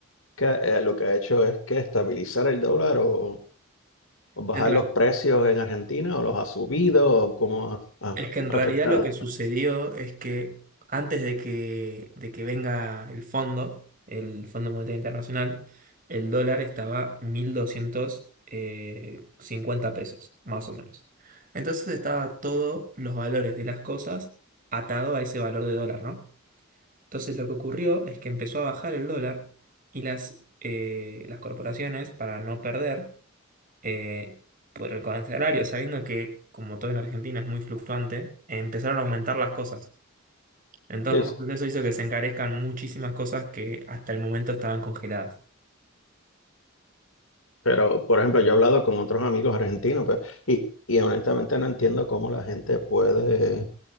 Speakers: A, on the left (about 80°); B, on the right (about 40°).
A: Que, eh, lo que ha hecho es que estabilizar el dólar o, o bajar
B: En
A: los precios en Argentina o los ha subido o cómo ha, ha
B: Es que en
A: afectado.
B: realidad lo que sucedió es que antes de que, de que venga el fondo, el Fondo Monetario Internacional, el dólar estaba mil doscientos eh, cincuenta pesos, más o menos. Entonces estaba todos los valores de las cosas atado a ese valor de dólar, ¿no? Entonces lo que ocurrió es que empezó a bajar el dólar y las, eh, las corporaciones, para no perder, eh, por el correccionario, sabiendo que, como todo en Argentina es muy fluctuante, empezaron a aumentar las cosas. Entonces,
A: Sí, sí.
B: eso hizo que se encarezcan muchísimas cosas que hasta el momento estaban congeladas.
A: Pero, por ejemplo, yo he hablado con otros amigos argentinos, pero, y, y honestamente no entiendo cómo la gente puede